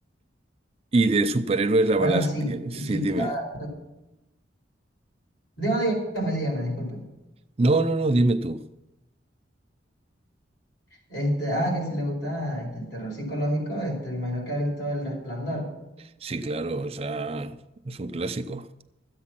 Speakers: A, on the right; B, on the left.
A: Y de superhéroes, la
B: Bueno,
A: verdad es
B: sí,
A: que
B: sí.
A: sí, dime.
B: ah, Digo, dígame, dígame, disculpe.
A: No, no, no, dime tú.
B: Este, ah, que si le gusta este, el terror psicológico, este, me imagino que ha visto El Resplandor.
A: Sí, claro, o sea, es un clásico